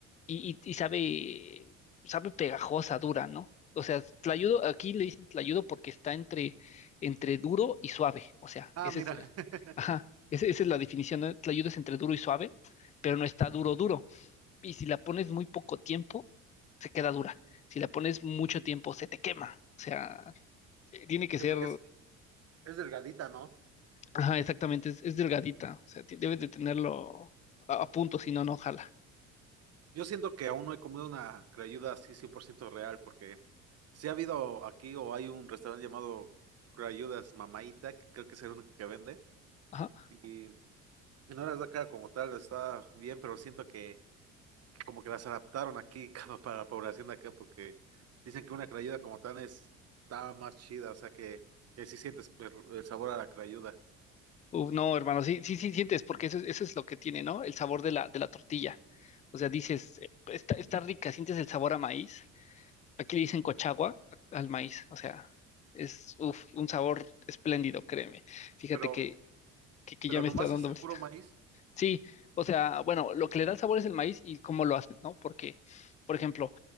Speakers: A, on the left; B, on the right.
A: Y, y, y sabe, sabe pegajosa, dura, ¿no? O sea, tlayudo, aquí le dicen tlayudo porque está entre, entre duro y suave. O sea,
B: Ah,
A: ese
B: mira.
A: es,
B: <laughs>
A: ajá, ese- esa es la definición, ¿no? Tlayudo es entre duro y suave, pero no está duro, duro. Y si la pones muy poco tiempo, se queda dura. Si la pones mucho tiempo, se te quema. O sea, eh, tiene que ser,
B: Sí, porque es, es delgadita, ¿no?
A: ajá, exactamente, es, es delgadita, o sea, ti- debes de tenerlo a, a punto, si no, no jala.
B: Yo siento que aún no he comido una crayuda así 100% real, porque si ha habido aquí o hay un restaurante llamado Crayudas Mamaita, que creo que es el único que vende,
A: Ajá.
B: y no las da cara como tal, está bien, pero siento que, que como que las adaptaron aquí <laughs> como para la población de acá, porque dicen que una crayuda como tal es, está más chida, o sea que, que sí sientes per- el sabor a la crayuda.
A: Uf, no, hermano, sí, sí, sí sientes, porque eso, es- eso es lo que tiene, ¿no? El sabor de la, de la tortilla. O sea, dices, eh, está, está rica, sientes el sabor a maíz. Aquí le dicen cochagua al maíz, o sea, es uf, un sabor espléndido, créeme. Fíjate
B: Pero,
A: que, que, que
B: pero
A: ya me
B: nomás
A: está dando.
B: es el puro maíz,
A: Sí, o sea, bueno, lo que le da el sabor es el maíz y cómo lo hacen, ¿no? Porque, por ejemplo,